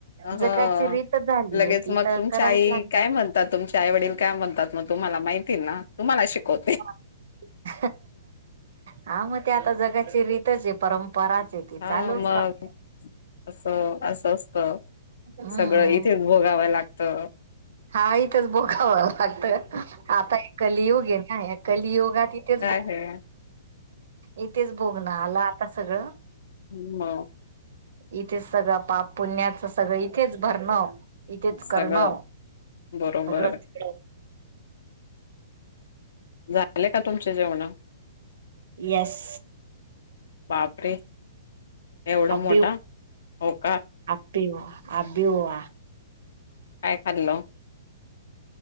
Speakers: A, on the left; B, on the right.
A: हो
B: जगाची रीतच झालीय
A: लगेच
B: ती
A: मग
B: तर
A: तुमच्या
B: करावीच
A: आई
B: लागणार.
A: काय म्हण आता तुमचे आई वडील काय म्हणतात मग तुम्हाला माहिती ना तुम्हाला शिकव
B: <inaudible> हा मग ते आता जगाची रीतच आहे, परंपराच आहे. ती
A: हा
B: चालूच
A: मग
B: राहते
A: अस असं असत
B: हम्म
A: सगळं इथे भोगाव लागत.
B: हा इथेच भोगाव लागतं. आता एक कलियुग आहे ना या कलियुगात इथेच भो
A: <unintelligible>
B: इथेच भोघन आला आता सगळं.
A: मग.
B: इथेच सगळं पाप पुण्याचं सगळं इथेच भरण इथेच
A: सगळं
B: करणं
A: बरोबर.
B: सगळंच.
A: झाले का तुमच्या जेवण.
B: एस.
A: बापरे! एवढा
B: आबि
A: मोठा होकार.
B: आबि आबि हुआ.
A: काय खाल्ल.